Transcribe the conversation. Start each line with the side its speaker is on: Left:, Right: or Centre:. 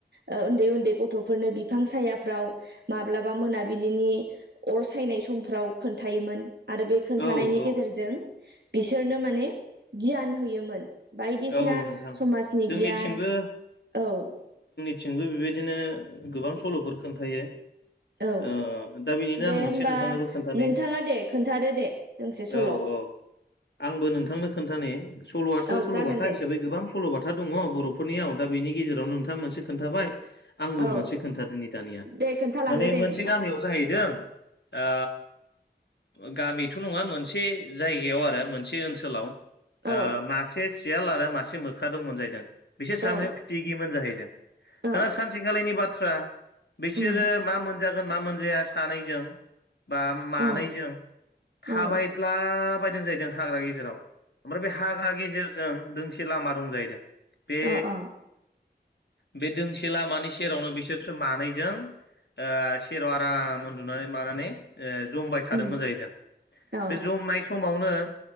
Right: ओ उन्दै उन्दै गथ'फोरनो बिफां साया फ्राव माब्लाबा मोनाबिलिनि अर सायनाय समफ्राव खोन्थायोमोन आरो बे खोन्थानायनि
Left: औ, औ.
Right: गेजेरजों बिसोरनो माने गियान होयोमोन। बायदिसिना
Left: औ, नोंथां.
Right: समाजनि
Left: जोंनिथिंबो
Right: गियान औ
Left: थिंबो बेबायदिनो गोबां सल'फोर खोन्थायो।
Right: औ
Left: ओ दा बेनिनो
Right: दे
Left: आं मोनसे
Right: होमबा
Left: नोंथांनोबो खोन्थानि
Right: नोंथाङा दे खोन्थादो दे दोंसे सल'
Left: औ अ आंबो नोंथांनो खोन्थानि सल'आथ'
Right: औ
Left: सल'
Right: जागोन
Left: बाथ था
Right: दे
Left: हिसाबै गोबां सल'बाथा दङ बर'फोरनियाव दा बेनि गेजेरावनो नोंथां मोनसे खोन्थाबाय आंबो
Right: औ
Left: मोनसे खोन्थादिनि दानिया
Right: दे खोन्थालांदो
Left: माने
Right: दे
Left: मोनसे
Right: नोंथां
Left: गामियाव जाहैदों आ ओ गामिथ' नङा मोनसे जायगायाव आरो मोनसे ओनसोलाव
Right: औ
Left: ओ मासे सि सियाल आरो मासे मोख्रा दंमोन जायैदों। बिसोर सानैजों
Right: औ
Left: फिथिगिमोन जाहैदों दाना
Right: औ
Left: सानसेखालिनि बाथ्रा बिसोरो
Right: उम
Left: मा मोनजागोन मा मोनजाया सानैजों बा मानैजों
Right: औ
Left: थाबायदला
Right: औ
Left: बायदों जायैद दों हाग्रा गेजेराव ओमफ्राय बे हाग्रा गेजेरजों दोंसे लामा दं जाहैदों। बेे
Right: अ अ
Left: बे दोंसे लामानि सेरावनो बिसोरसो मानैजों ओ सेराव आराम उन्दुनानै मानानै ओ जमबाय थादोंमोन
Right: उम
Left: जाहैदों
Right: औ
Left: बे जमनाय सम समावनो